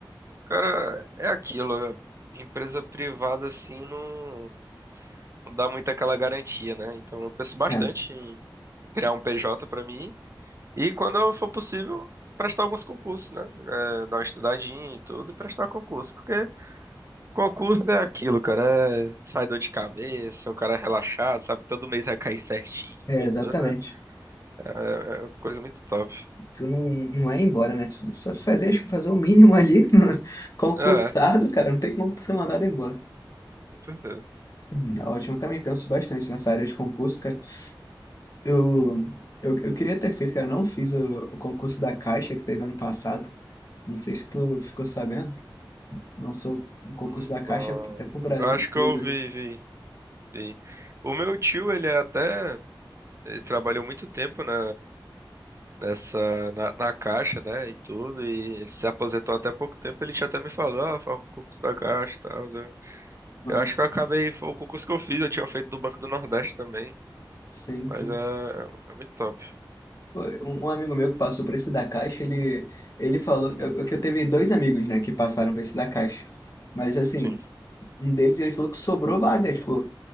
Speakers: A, on the right; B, on the left.
A: Cara, é aquilo. é, Empresa privada, assim, não, não dá muito aquela garantia, né? Então eu penso bastante
B: É,
A: criar um PJ pra mim e quando for possível prestar alguns concursos, né? É, dar uma estudadinha e tudo e prestar concurso, porque concurso é aquilo, cara, é, sai dor de cabeça, o cara é relaxado, sabe que todo mês vai cair certinho
B: é,
A: e
B: exatamente.
A: tudo, né? É, é uma coisa muito top.
B: Tu não, não é embora, né? Se- Só fazer, acho que fazer o mínimo ali, <laughs> concursado,
A: É,
B: cara, não tem como tu ser mandado embora.
A: com certeza.
B: Hum, Ótimo, também penso bastante nessa área de concurso, cara. Eu, eu, eu queria ter feito, cara, não fiz o, o concurso da Caixa que teve ano passado. Não sei se tu ficou sabendo. Lançou um concurso
A: Não,
B: da Caixa até pro Brasil
A: eu acho que
B: todo.
A: eu vi, vi, vi. O meu tio, ele é até ele trabalhou muito tempo né? nessa na, na caixa, né, e tudo, e ele se aposentou até pouco tempo, ele tinha até me falado, ah, faz o concurso da caixa, e tal, né?
B: Uhum.
A: Eu acho que eu acabei, foi o concurso que eu fiz, eu tinha feito do Banco do Nordeste também,
B: Sim,
A: mas
B: sim.
A: é, é é muito top,
B: Pô, Um um amigo meu que passou por esse da Caixa, ele, ele falou eu- que eu teve dois amigos, né, que passaram por esse da Caixa. Mas assim,
A: sim,
B: um deles ele falou que sobrou vaga, tipo,